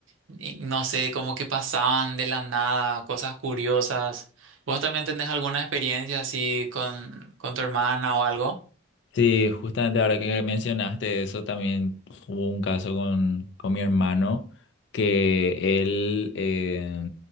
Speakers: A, on the right; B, on the left.
A: y no sé, como que pasaban de la nada, cosas curiosas. ¿Vos también tenés alguna experiencia así con, con tu hermana o algo?
B: Sí, justamente ahora que mencionaste eso, también hubo un caso con, con mi hermano que él, eh,